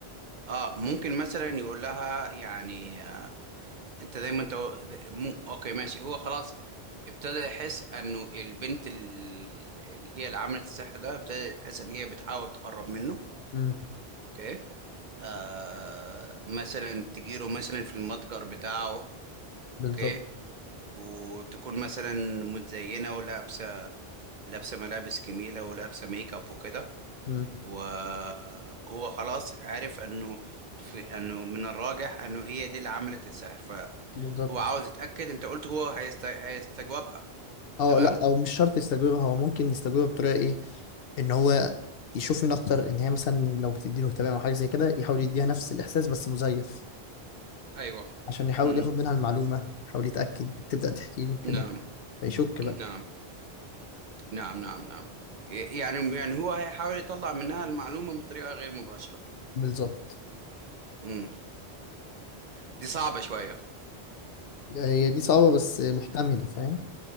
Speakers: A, on the right; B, on the left.
A: اه ممكن مثلا يقول لها يعني آه، انت دايما انت مو... اوكي ماشي هو خلاص ابتدى يحس انه البنت ال- اللي هي اللي عملت السحر ده ابتدى يحس ان هي بتحاول تقرب منه
B: امم
A: اوكي آه... مثلا تجيله مثلا في المتجر بتاعه
B: بالظبط
A: اوكي وتكون مثلا متزينة ولابسة لابسة ملابس جميلة ولابسة ميك اب وكده
B: امم
A: وهو خلاص عرف انه في انه من الراجح انه هي دي اللي عملت السحر فهو
B: بالظبط
A: عاوز يتأكد انت قلت هو هيست... هيستجوبها
B: اه
A: تمام
B: لا او مش شرط يستجوبها هو ممكن يستجوبها بطريقه ايه ان هو يشوف مين اكتر ان هي مثلا لو بتديله اهتمام او حاجه زي كده يحاول يديها نفس الاحساس بس مزيف
A: ايوه
B: عشان يحاول
A: امم
B: ياخد منها المعلومه يحاول يتاكد تبدا تحكي له كده
A: نعم
B: فيشك بقى
A: نعم نعم نعم نعم ي- يعني يعني هو هيحاول يطلع منها المعلومة بطريقة غير مباشرة
B: بالظبط
A: امم دي صعبة شوية
B: هي دي صعبه بس محتمله فاهم